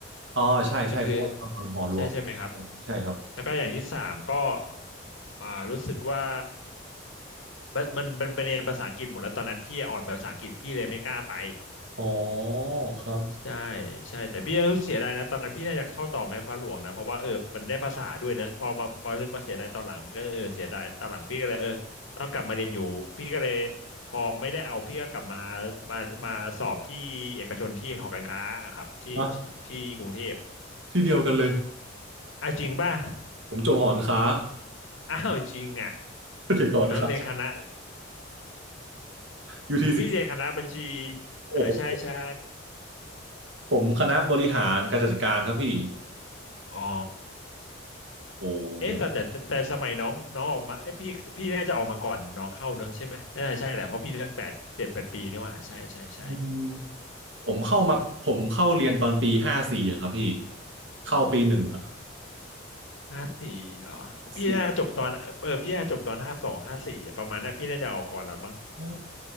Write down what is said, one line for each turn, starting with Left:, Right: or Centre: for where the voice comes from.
Right: อ๋อใช่ใช่หอตองนอนหอรวม
Left: ก็คือใช่ใช่ไหมครับ
Right: ใช่ครับ
Left: แล้วก็อย่างที่สามก็อ่ารู้สึกว่ามันมันมันเป็นเรียนภาษาอังกฤษหมดแล้วตอนนั้นพี่อ่อนภาษาอังกฤษพี่เลยไม่กล้าไป
Right: อ๋อครับ
Left: ใช่ใช่แต่พี่ก็เสียดายนะตอนนั้นพี่น่าจะเข้าต่อแม่ฟ้าหลวงนะเพราะว่าเออมันได้ภาษาด้วยนะพอมาพอเรืองมาเสียดายตอนหลังมันก็เออเสียดายตอนหลังพี่ก็เลยเออต้องกลับมาเรียนอยู่พี่ก็เลยพอไม่ได้เอาพี่ก็กลับมามามาสอบที่เอกชนที่หอการค้าอะครับที่ที่ที่กรุงเทพ
Right: อ่ะที่เดียวกันเลย
Left: อ่ะจริงป่ะ
Right: ผมจบหอนค้า
Left: <laughs> อ้าวจริงอ่ะ
Right: <laughs> เด็กหอนค้า
Left: น้องเรียนคณะ
Right: UTC
Left: <laughs> ผมพี่เรียนคณะบัญชี
Right: โอ้โห
Left: อ่าใช่ใช่
Right: ผมคณะบริหารการจัดการครับพี่
Left: อ๋อ
Right: โอ้เด็ก
Left: เอ๊ะแต่แต่แต่แต่สมัยน้องน้องออกมาเอ้ยพี่พี่น่าจะออกมาก่อนน้องเข้าเนอะใช่ไหมน่าใช่แหละเพราะพี่ตั้งแปดเจ็ดแปดปีนี่หว่าใช่ใช่ใช่
Right: อืมผมเข้ามาผมเข้าเรียนตอนปีห้าสี่อะครับพี่ เข้าปีหนึ่งอะ
Left: ห้าสี่เหรอของพี่น่าจบตอนเออพี่น่าจบตอนห้าสองห้าสี่ประมาณนั้นพี่น่าจะออกก่อนแล้วบ้าง
Right: สิบอ๋อ